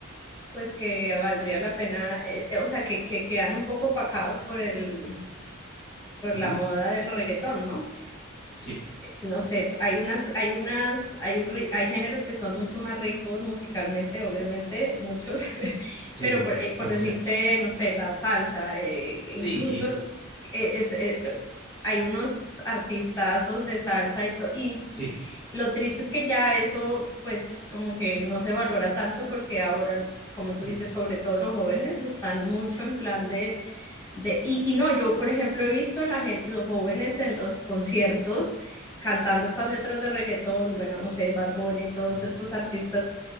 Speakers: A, on the left; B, in the centre.
A: pues que valdría la pena, eh, eh, o sea, que, que quedan un poco opacados por el, por
B: ujú,
A: la moda del reggaetón, ¿no?
B: Sí,
A: no sé, hay unas, hay unas, hay, un ri- hay géneros que son mucho más ricos musicalmente, obviamente, muchos, <laughs>
B: sí,
A: pero por, eh, por
B: demasiados.
A: decirte, no sé, la salsa, eh,
B: Sí,
A: incluso eh, es- eh, eh, hay unos artistazos de salsa y, to- y
B: sí.
A: lo triste es que ya eso, pues, como que no se valora tanto porque ahora, como
B: ujú,
A: tú dices, sobre todo los jóvenes están mucho en plan de de, y, y no, yo por ejemplo he visto la gen- los jóvenes en los conciertos cantando estas letras de reggaetón, bueno, no sé, Bad Bunny, todos
B: ujú,
A: estos artistas,